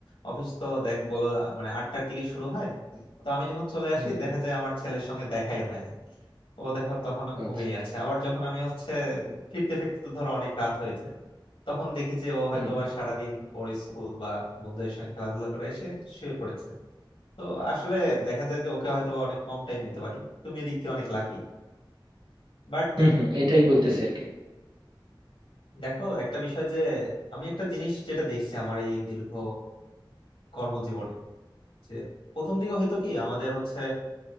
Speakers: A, on the left (about 85°); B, on the right (about 70°).
A: অফিস তো দেখ বলো মানে আটটার দিকে শুরু হয় তো আমি যখন চলে আসি
B: হুম হুম
A: দেখা যায় আমার ছেলের সঙ্গে দেখাই হয় না ও দেখো তখনও ঘুমিয়ে
B: আচ্ছা
A: আছে আবার যখন আমি হচ্ছে ফিরতে ফিরতে তো ধরো অনেক রাত হয়েছে তখন দেখি যে ও হয়তো
B: হুম হুম
A: বা সারাদিন ওর স্কুল বা বন্ধুদের সঙ্গে খেলাধুলা করে এসে শুয়ে পড়েছে তো আসলে দেখা যায় যে ওকে হয়তো বা অনেক কম টাইম দিতে পারি তুমি এদিক দিয়ে অনেক লাকি বাট
B: হুম হুম, এটাই বলতেছি আর কি
A: দেখো একটা বিষয় যে আমি একটা জিনিস যেটা দেখছি আমার এই দীর্ঘ কর্মজীবনে যে প্রথম দিকে হয়তো কি আমাদের হচ্ছে